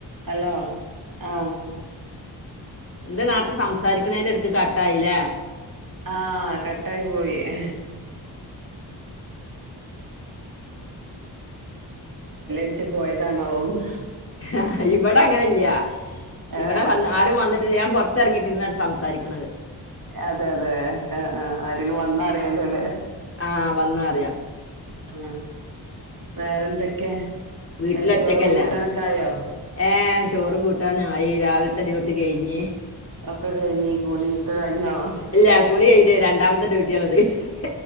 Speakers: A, on the right (about 45°); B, on the left (about 30°).
A: Hello ആ
B: ന്താ നേരത്തെ സംസാരിക്ക്ന്ന എടക്ക് കാട്ട യിലെ
A: ആ കട്ടായി പോയി എ ച്ച് പോയതാണോന്ന്
B: ആ ഇവടെ അങ്ങനയില്ലാ
A: ഏഹ്
B: ഇവടെ വന്ന് ആരും വന്ന് ഞാൻ പൊറത്തെറങ്ങിട്ടിരുന്നാ സംസാരിക്കണ്ന്നത്
A: അതെ അതെ ആ ആ ആരെലും വന്ന അറിയാലോല്ലേ യെ
B: ആ റിയാം
A: ആ വേറെന്തൊക്കെ
B: വീട്ടിലൊറ്റക്കല്ലേ
A: ചോറും കൂട്ടാനൊക്കെ ആയോ
B: ഏ ചോറും കൂട്ടാനും ആയി രാവിലത്തെ അടി ഡ്യൂട്ടി കഴിഞ്ഞ്
A: ഒക്കെ കഴിഞ്ഞി കൂളി ഒക്കെ കഴിഞ്ഞോ
B: ഇല്ല കുളി കഴിഞ്ഞിട്ട് <inaudible>